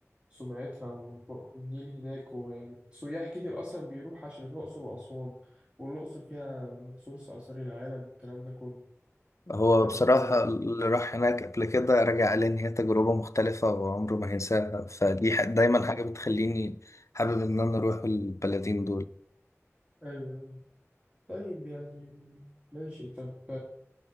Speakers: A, on the right; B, on the left.
A: سمعتها والب- والنيل هناك ويعني سياح كتير أصلا بيروح عشان الأقصر وأسوان والأقصر فيها ثلث آثار العالم والكلام ده كله
B: هو
A: فأنت
B: بصراحة اللي راح هناك قبل كده رجع قال لي إن هي تجربة مختلفة وعمره ما هينساها فدي ح- دايما حاجة بتخليني حابب إن أنا أروح البلدين
A: أيوه طيب يعني ماشي طب